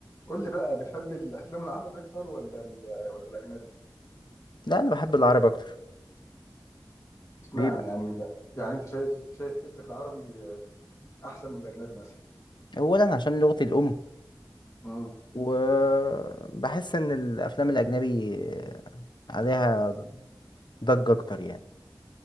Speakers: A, on the left; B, on the left.
A: قول لي بقى بتحب الافلام العربي اكتر ولا ال- ولا الاجنبي
B: لا انا بحب العربي اكتر
A: اشمعنى
B: ليه بقى
A: يعني يعني انت شايف شايف ايه اللي في العربي احسن من الاجنبي مثلا
B: اولا عشان لغتي الام
A: امم
B: وبحس ان الافلام الاجنبي عليها ضجة اكتر يعني